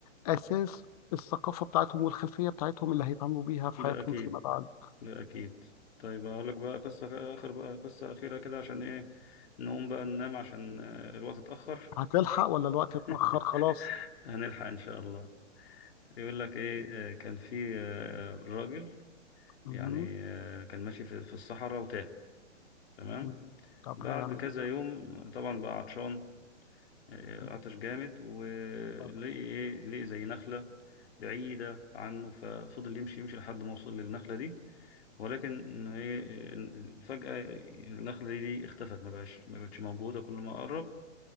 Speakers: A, on the left (about 30°); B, on the left (about 60°).
A: أساس الثقافة بتاعتهم والخلفية بتاعتهم اللي هيتعاملوا بيها في
B: ده
A: حياتهم
B: أكيد
A: فيما بعد
B: لا أكيد طيب أقول لك بقى قصة آخر بقى قصة أخيرة كده عشان إيه نقوم بقى ننام عشان آه، الوقت اتأخر
A: هتلحق ولا الوقت اتأخر
B: <laughs>
A: خلاص
B: هنلحق إن شاء الله يقول لك إيه آه، كان في آه، راجل
A: مهم.
B: يعني آه، كان ماشي في في الصحراء وتاه تمام
A: مم. طب
B: بعد
A: لا يعمل
B: كذا
A: ايه بقى
B: يوم طبعا بقى عطشان آه،
A: مم.
B: عطش جامد ولقي
A: طبعا
B: إيه لقي زي نخلة بعيدة عنه ففضل يمشي يمشي لحد ما وصل للنخلة دي ولكن إيه، ال- فجأة النخلة دي اختفت ما بقاش ما بقتش موجودة كل ما قرب